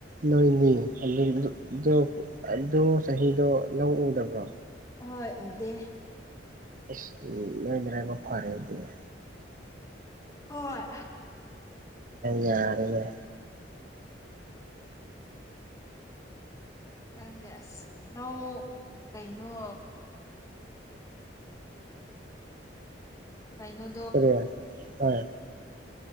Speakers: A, on the right (about 45°); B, on the left (about 20°).
A: ꯅꯣꯏꯗꯤ ꯑꯗꯨ ꯑꯗꯨ ꯑꯗꯨ ꯆꯍꯤꯗꯣ ꯂꯧ ꯎꯗꯕ꯭ꯔꯣ
B: ꯍꯣꯏ ꯎꯗꯦ
A: ꯏꯁ ꯅꯣꯏ ꯅꯔꯥꯏꯕꯛ ꯐꯔꯦ ꯑꯗꯨꯗꯤ
B: ꯍꯣꯏ ꯑꯗꯨꯅꯦ
A: ꯌꯥꯔꯦꯅꯦ
B: ꯈꯪꯗꯦ ꯑꯁ ꯂꯧ ꯀꯩꯅꯣ ꯀꯩꯅꯣ
A: ꯀꯔꯤ ꯍꯣꯏ